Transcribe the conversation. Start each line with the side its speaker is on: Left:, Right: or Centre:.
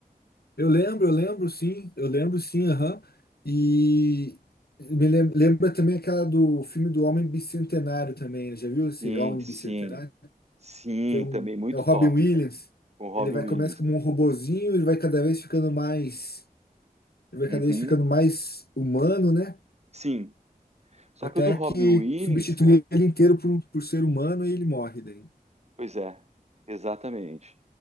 Left: Eu lembro, eu lembro sim, eu lembro sim, aham. E me lem- lembra também aquela do filme do Homem Bicentenário também, já viu esse
Right: Sim,
Left: Homem
Right: sim.
Left: Bicentenário?
Right: Sim,
Left: que é, um,
Right: também muito
Left: é o Robin
Right: top,
Left: Williams.
Right: cara. Com o Robbie
Left: Ele vai
Right: Williams,
Left: começa como
Right: cara.
Left: um robozinho, ele vai cada vez ficando mais, ele vai
Right: Uhum.
Left: cada vez ficando mais humano, né?
Right: Sim. Só
Left: Até
Right: que o do Robbie
Left: que
Right: Williams,
Left: substitui
Right: cara.
Left: ele inteiro por, por ser humano e ele morre daí.
Right: Pois é, exatamente.